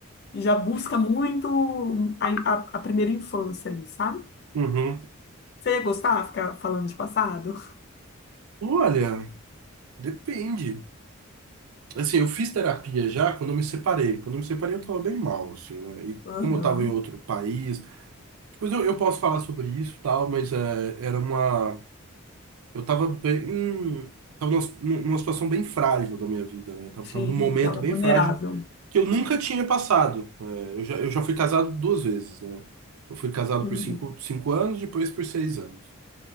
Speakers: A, on the left (about 45°); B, on the right (about 80°).
A: já busca muito a, a, a primeira infância ali, sabe?
B: uhum.
A: Você ia gostar de ficar falando de passado?
B: Olha, depende. Assim, eu fiz terapia já quando eu me separei. Quando eu me separei, eu tava bem mal, assim, né? E
A: Aham.
B: como eu tava em outro país. Depois eu, eu posso falar sobre isso e tal, mas eh, era uma. eu tava bem, tava numa, numa situação bem frágil da minha vida, né? Tava,
A: Sim,
B: tava num momento
A: estava
B: bem
A: vulnerável.
B: frágil que eu nunca tinha passado. É, eu já, eu já fui casado duas vezes, né? Eu fui casado
A: Uhum.
B: por cinco, cinco anos, depois por seis anos.